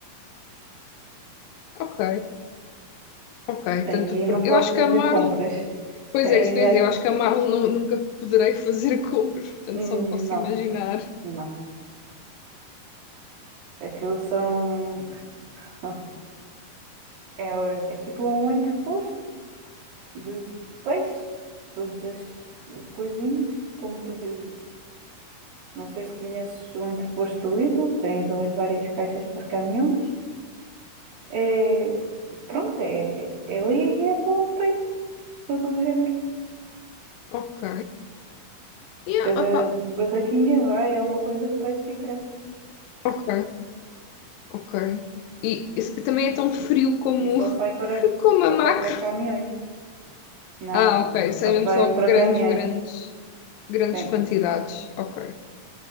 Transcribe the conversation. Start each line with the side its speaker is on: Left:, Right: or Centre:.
Left: ok, ok.
Right: Aí
Left: Tanto, por-
Right: não podes
Left: eu acho
Right: fazer
Left: que a Marlo,
Right: compras. <laughs>
Left: pois
Right: Aí,
Left: é, isso que eu
Right: é-
Left: ia dizer, eu acho que a Marlo nu- nunca poderei fazer <laughs> compras, portanto
Right: hum,
Left: só posso
Right: não,
Left: imaginar.
Right: não. Aquilo são. <laughs> É, é tipo um entreposto de peixe. Todos as, os coisinhos. Como tu. vê- Não sei se conheces o entreposto do Lidl. Tens ali várias caixas para os caminhões. É, pronto, é, é, é ali e é só peixe. Todo o género.
Left: Ok, yeah,
Right: Cada
Left: opa,
Right: barraquinha vai, é uma coisa de peixe diferente.
Left: ok, ok. E esse- também é tão frio como,
Right: E só sai para,
Left: <laughs> como a
Right: só
Left: macro.
Right: sai para caminhões. Não,
Left: Ah,
Right: não,
Left: ok,
Right: aquilo
Left: isso
Right: só
Left: é mesmo
Right: sai
Left: só
Right: para
Left: grandes,
Right: caminhões.
Left: grandes, grandes
Right: Sim.
Left: quantidades. Ok,